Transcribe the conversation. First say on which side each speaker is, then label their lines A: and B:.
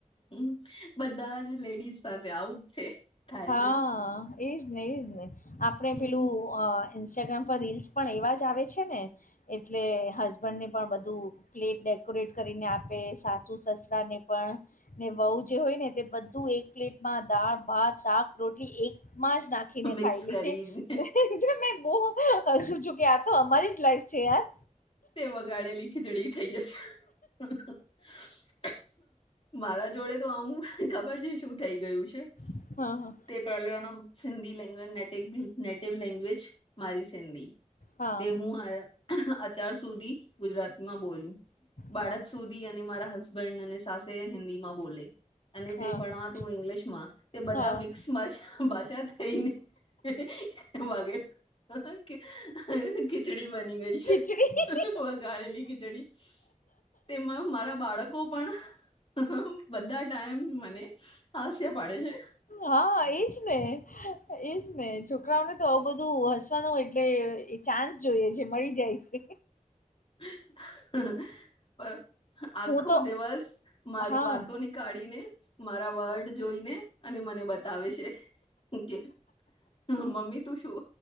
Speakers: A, on the left; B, on the left.
A: <inaudible> બધા જ લેડીઝ સાથે આવું જ છે, થાય
B: હા
A: છે.
B: એજ ને એજ ને આપણે
A: હમ
B: પેલું અહ ઇન્સ્ટાગ્રામ પર રીલ્સ પણ એવા જ આવે છે ને. એટલે હસબન્ડ ને પણ બધું પ્લેટ ડેકોરેટ કરીને આપે, સાસુ સસરાને પણ ને વહુ જે હોય ને તે બધું એક પ્લેટમાં દાળ, ભાત, શાક, રોટલી એકમાં જ નાખ
A: મિક્સ
B: ખાયલી
A: કરીને
B: છે <inaudible> મે બઉ હસુ કે આ તો અમારી જ લાઈફ છે યાર
A: તે વગાડેલી ખીજડી થઈ જશે <inaudible> મારા જોડે તો આવું ખબર છે શું થઈ ગયું છે
B: હા હા
A: તે પેલે એનો સિંધી લેંગજ નેટિગ નેટિવ લેંગ્વેજ મારી સિંધી
B: હા
A: તે હું અ <inaudible> અત્યાર સુધી ગુજરાતમાં બોલું બાળક
B: હા હા
A: સુધી અને મારા હસબન્ડ અને સાસે હિન્દીમાં બોલે અને
B: હા
A: તે ભણવાતું ઇંગ્લિશ માં તે બધા
B: હા
A: મિક્સ ભાષા થઈને <inaudible> વાગે કે ખીચડી બની ગઈ છે
B: જે <inaudible>
A: વગાડેલી ખીચડી તેમાં મારા બાળકો પણ બધા ટાઈમ ને હાસ્ય પાડે છે
B: હા એજ ને એજ ને છોકરાઓને તો આવ બધું હ <inaudible> એટલે ચાન્સ જોઈએ છે મળી જાય છે
A: <inaudible> પણ આખો
B: હું તો
A: દિવસ મારી
B: હા
A: વાતોની કાઢીને મારા વર્ડ જોઈને અને મને બતાવે છે કે મમ્મી તું શું